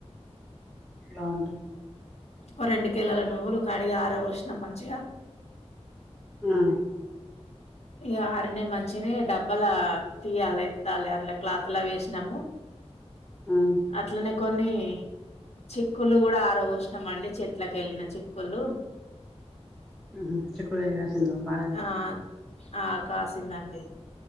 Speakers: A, in the centre; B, on the left.
A: బాగుంటాయి
B: ఒక రెండు కిలల నువ్వులు కడిగి ఆర పోసినాం మంచిగా
A: హా
B: ఈ ఆరినే మంచిగనే డబ్బలా తీయాలే ఎత్తాలె అందులో క్లాత్ లా వేసినాము
A: ఆ
B: అట్లనే కొన్ని చిక్కులు కూడా ఆర పోసినాం అండి చెట్లకేళ్ళిన చిక్కులు
A: ఉహు చిక్కుడుకాయ కాసిందా బానే
B: ఆ ఆ కాసిందండి